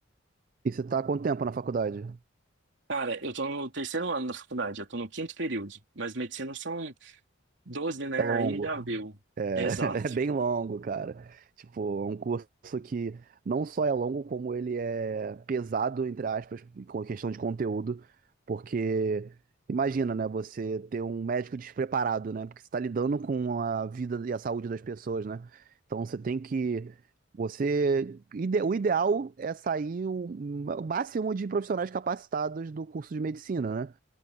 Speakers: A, on the right; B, on the right.
A: E você tá há quanto tempo na faculdade?
B: Cara, eu tô no terceiro ano da faculdade, eu tô no quinto período, mas medicina são doze né?
A: É longo,
B: Aí já viu.
A: é,
B: Exato.
A: <laughs> é bem longo, cara. Tipo, é um curso que não só é longo, como ele é pesado, entre aspas, com a questão de conteúdo, porque imagina, né, você ter um médico despreparado, né, porque você está lidando com a vida e a saúde das pessoas, né? Então você tem que, você, ide- o ideal é sair o o máximo de profissionais capacitados do curso de medicina, né?